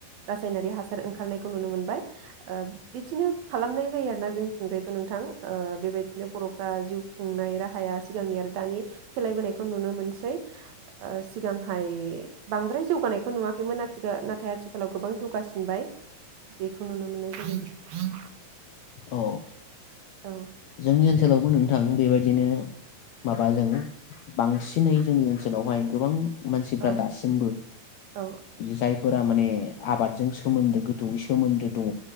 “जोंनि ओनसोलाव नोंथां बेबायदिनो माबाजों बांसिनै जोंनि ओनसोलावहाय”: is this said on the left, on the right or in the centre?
Left